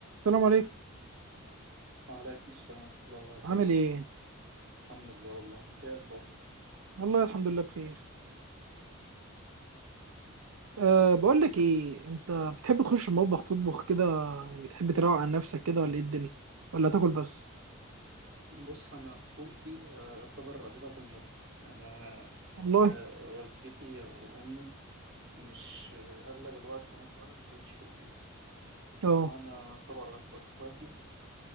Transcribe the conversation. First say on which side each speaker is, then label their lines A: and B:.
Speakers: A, on the right (about 75°); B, on the right (about 55°).
A: السلام عليكم
B: وعليكم السلام ورحمة الله وبركاته
A: عامل ايه
B: الحمد لله والله انت ايه اخبارك
A: والله الحمد لله بخير أه بقول لك ايه انت بتحب تخش المطبخ تطبخ كده يعني تحب تروق عن نفسك كده ولا ايه الدنيا ولا تاكل بس
B: بص انا طفولتي آه، يعتبر قضيتها في المطبخ يعني انا
A: والله
B: آه، والدتي وامي مش آه، اغلب الوقت وانا صغير ما كانتش في البيت
A: اه
B: وانا يعتبر اكبر اخواتي